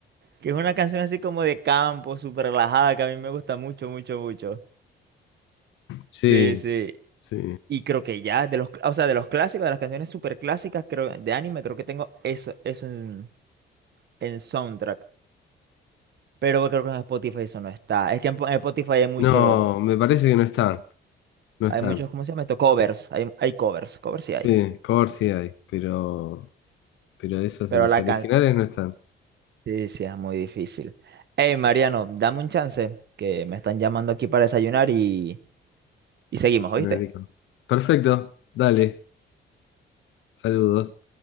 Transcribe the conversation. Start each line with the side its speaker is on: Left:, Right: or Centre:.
Right: Que es una canción así como de campo, súper relajada, que a mí me gusta mucho, mucho, mucho.
Left: sí,
Right: Sí, sí.
Left: sí.
Right: Y creo que ya, de los, cl- o sea, de los clásicos, de las canciones súper clásicas, creo, de anime, creo que tengo eso, eso en, en soundtrack. Pero creo que en Spotify eso no está. Es que en, po- en Spotify hay muchos,
Left: No, me parece que no están, no están.
Right: hay muchos, ¿cómo se llama esto? Covers. Hay, hay covers. Covers sí
Left: Sí,
Right: hay.
Left: cover sí hay, pero, pero esos,
Right: Pero
Left: los
Right: la,
Left: originales
Right: can.
Left: no están.
Right: Sí, sí, es muy difícil. Hey, Mariano, dame un chance, que me están llamando aquí para desayunar y, y seguimos, ¿oíste?
Left: Bueno, Nico. Perfecto, dale. Saludos.